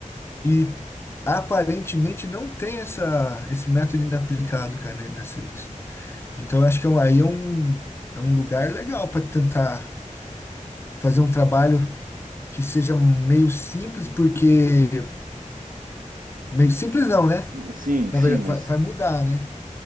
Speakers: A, on the left (about 20°); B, on the right (about 85°).
A: E aparentemente não tem essa, esse método ainda aplicado, cara, nesse, nesse- Então, eu acho que é um- aí é um, é um lugar legal para tentar fazer um trabalho que seja meio simples, porque meio simples não, né?
B: Sim,
A: Na
B: sim,
A: verdade,
B: mas,
A: vai vai mudar, né?